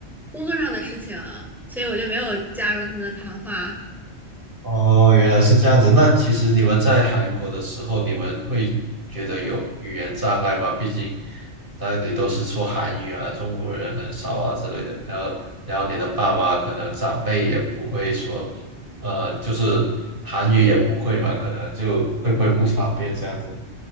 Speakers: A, in the centre; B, on the right.
A: 工作上的事情，所以我就没有加入他们的谈话。
B: 哦，原来是这样子。那其实你们在韩国的时候，你们会觉得有语言障碍吗？毕竟那里都是说韩语啊，中国人很少啊之类的。然后，然后你的爸妈可能长辈也不会说，呃，就是韩语也不会嘛，可能就会不会不方便这样子